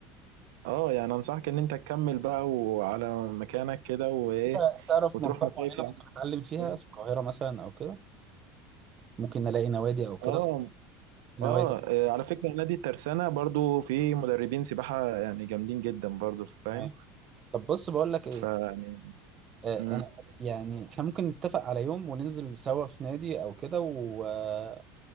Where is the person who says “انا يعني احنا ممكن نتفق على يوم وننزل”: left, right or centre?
Right